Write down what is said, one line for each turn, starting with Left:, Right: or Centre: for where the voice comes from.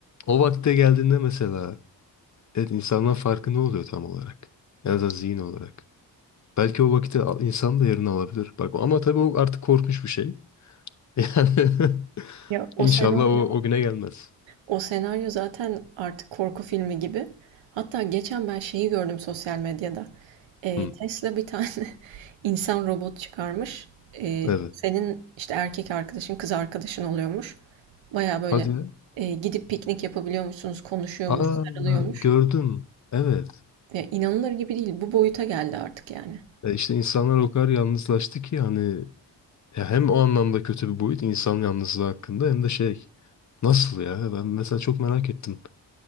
Left: O vakte geldiğinde mesela evet insandan farkı ne oluyor tam olarak? En azından zihin olarak. Belki o vakti al- insan da yerini alabilir. Bak ama tabii o artık korkmuş bir şey. <laughs> Yani
Right: Ya
Left: inşallah
Right: o senaryo
Left: o, o güne gelmez.
Right: O senaryo zaten artık korku filmi gibi. Hatta geçen ben şeyi gördüm sosyal medyada. Ee,
Left: Hı,
Right: Tesla bir tane <laughs> insan robot çıkarmış. Ee,
Left: evet.
Right: senin işte erkek arkadaşın, kız arkadaşın oluyormuş. Baya böyle
Left: Hadi ya.
Right: e, gidip piknik yapabiliyormuşsunuz, konuşuyormuş,
Left: Aa
Right: sarılıyormuş.
Left: gördüm. Evet.
Right: Ya, inanılır gibi değil. Bu boyuta geldi artık yani.
Left: E işte insanlar o kadar yalnızlaştı ki hani Ya hem o anlamda kötü bir boyut insan yalnızlığı hakkında hem de şey nasıl ya ben mesela çok merak ettim.